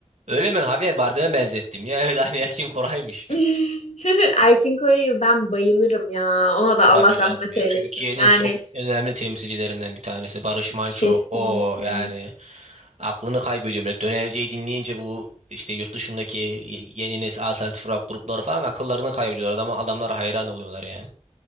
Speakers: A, on the right; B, on the left.
A: Öyle mi? Javier Bardem'e benzettim ya. Evet aynı Erkin Koray'mış.
B: <laughs>
A: <laughs>
B: Erkin Koray'ı ben bayılırım ya. Ona da
A: E
B: Allah
A: tabii canım
B: rahmet
A: ya.
B: eylesin.
A: Türkiye'nin
B: Yani
A: çok önemli temsilcilerinden bir tanesi. Barış Manço.
B: kesinlikle.
A: O yani aklını kaybediyor millet. Dönerceyi dinleyince bu işte yurt dışındaki yeni nesil alternatif rock grupları falan akıllarını kaybediyorlar. Adama, adamlara hayran oluyorlar yani.